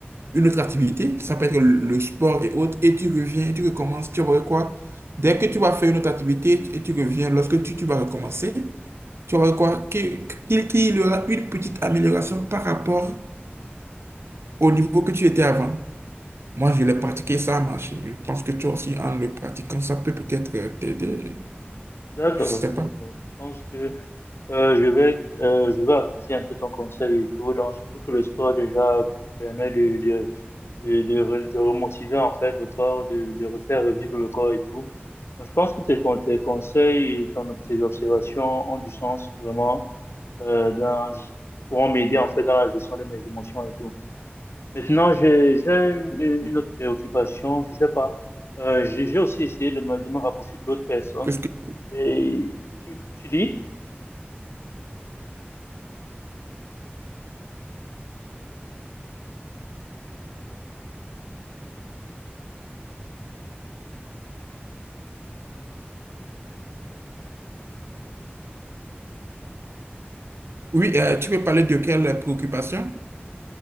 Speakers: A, on the right; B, on the left.
A: une autre activité, ça peut être le sport et autres, et tu reviens, et tu recommences, tu vas quoi? Dès que tu vas faire une autre activité tu- et tu reviens, lorsque tu, tu vas recommencer, tu vas voir quoi? Qu'il qu'il- qu'il y aura une petite amélioration par rapport au niveau que tu étais avant. Moi, je l'ai pratiqué, ça a marché. Je pense que toi aussi, en le pratiquant, ça peut peut-être euh, t'aider.
B: D'accord,
A: Je sais
B: d'accord.
A: pas.
B: Je pense que Euh, je vais, euh, je vais appliquer un peu ton conseil et tout. Donc, surtout que le sport déjà permet de, de, de, de, re- de remotiver en fait le corps, de, de refaire revivre le corps et tout. Donc, je pense que tes, con- tes conseils et ton- tes observations ont du sens vraiment, euh, dans, qui pourront m'aider en fait dans la gestion de mes émotions et tout. Maintenant, j'ai, j'ai une, une autre préoccupation, je sais pas. Euh, j'ai j'ai aussi essayé de me, de me rapprocher d'autres personnes.
A: Qu'est-ce que-
B: Et tu, tu dis?
A: Oui, euh, tu veux parler de quelle préoccupation?